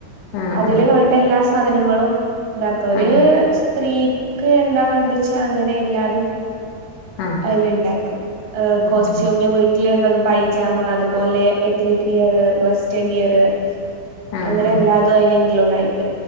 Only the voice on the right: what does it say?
അതില്
വേണ്ട എല്ലാ സാധനങ്ങളും ഇതാക്ക ഒര്
സ്ത്രീക്ക് എന്താ വേണ്ട്ച്ചാ അങ്ങനെ എല്ലാതും
അയ്‌ലിണ്ടാക്ക ഏഹ്
കോസ്റ്റ്യൂമ്
വീട്ട ള്ളതും പൈജാമ അതുപോലെ എത്നിക് വിയർ വെസ്റ്റേൺ വിയർ ഇ
അങ്ങനെ
എല്ലാതും അയ്ല് ഇൻക്ലൂഡ് ആയിട്ട്